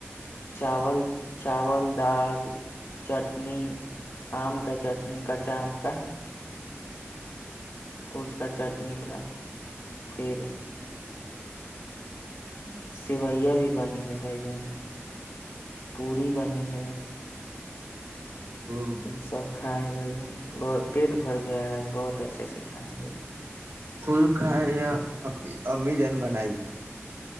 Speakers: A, on the left; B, on the right.
A: چاول چاول دال چٹنی آم کا چٹ ن کچا ہم کا اس کا چٹنی تھا پھر ہ <inaudible> سوئیاں بھی بنی ہے بھائی جان پوڑی بنی ہے
B: ہاں
A: یہ سب کھائے ہیں بھائی ج بہت پیٹ بھر گیا ہے آج بہت اچھے سے کھائے ہیں بھائی
B: خل کھائے یا امی جن بنائی